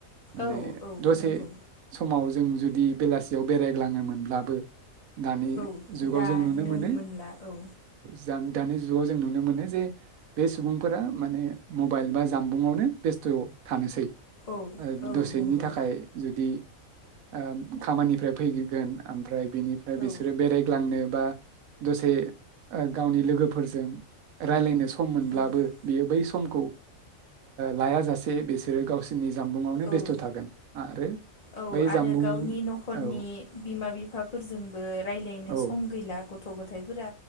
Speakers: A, on the right (about 80°); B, on the left (about 40°).
A: माने
B: औ औ
A: दसे
B: नंगौ
A: समाव जों जु दि बेलासियाव बेरायग्लांनो मोनब्लाबो दानि
B: औ
A: जुगाव
B: दानोनो
A: जों नुनो मोनो
B: मोनला औ
A: जाम दानि जुगाव जों नुनो मोनो जे बे सुबुंफोरा माने मबाइल बा जानबुंआवनो बेस्थ' आव थानोसै। ओ
B: औ औ
A: दसेनि
B: नंगौ
A: थाखाय जुदि ओ खामानिफ्राय फैगो गोन ओमफ्राय बेनिफ्राय बिसोरो
B: औ
A: बेरायग्लांनो बा दसे ओ गावनि लोगोफोरजों रायलायनो सम सम मोनब्लाबो
B: औ
A: बियो बै सम खौ ओ लायाजासे बिसोरो गावससिनि जामबुंआवनो बेस्थ'
B: औ
A: थागोन आरो
B: औ
A: बै
B: आरो
A: जामबुं
B: गावनि न'खरनि
A: औ
B: बिमा बिफाफोरजोंबो रायलायनो
A: औ
B: सम गैला। गथ' गथाइफोरा